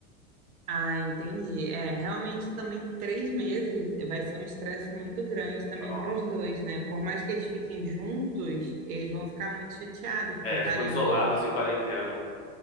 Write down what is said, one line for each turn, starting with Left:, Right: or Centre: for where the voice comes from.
Right: Ah, entendi. É, realmente também três meses vai ser um estresse muito grande também
Left: Então,
Right: para os dois, né? Por mais que eles fiquem juntos, eles vão ficar muito chateados por
Left: é, eles
Right: estarem
Left: ficam isolados
Right: longe
Left: em quarentena.